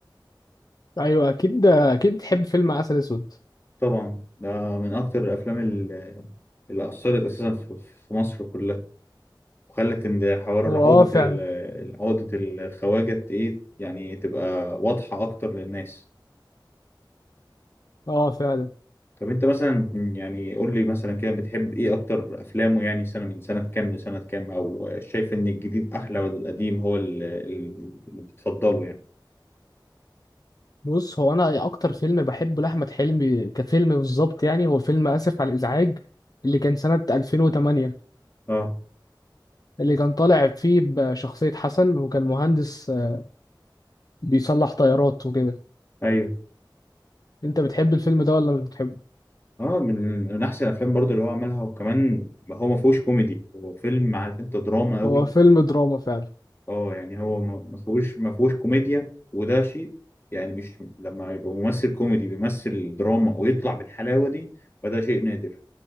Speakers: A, on the left; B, on the left.
A: ايوه اكيد آه، اكيد بتحب فيلم عسل اسود
B: طبعا ده من أكتر الأفلام اللي اللي أثرت أساسا في في مصر كلها وخلت ان حوار
A: هو
B: عقدة
A: اه فعلا
B: ال- عقدة الخواجة ايه يعني تبقى واضحة اكتر للناس
A: اه فعلا
B: طب انت مثلا يعني قول لي مثلا كده بتحب ايه اكتر افلامه يعني سنة من سنة كام لسنة كام او شايف ان الجديد احلى ولا القديم هو ال- ال- اللي بتفضله يعني
A: بص هو انا اكتر فيلم بحبه لاحمد حلمي كفيلم بالظبط يعني هو فيلم اسف على الازعاج اللي كان سنة 2008
B: اه
A: اللي كان طالع فيه بشخصية حسن وكان مهندس آه، بيصلح طيارات وكده
B: ايوه
A: انت بتحب الفيلم ده ولا مش بتحبه
B: اه من من احسن الافلام برضو اللي هو عملها وكمان هو ما فيهوش كوميدي هو فيلم عارف انت دراما قوي
A: هو فيلم دراما فعلا
B: اه يعني هو ما ما فيهوش ما فيهوش كوميديا وده شيء يعني مش لما يبقى ممثل كوميدي بيمثل دراما ويطلع بالحلاوه دي فده شيء نادر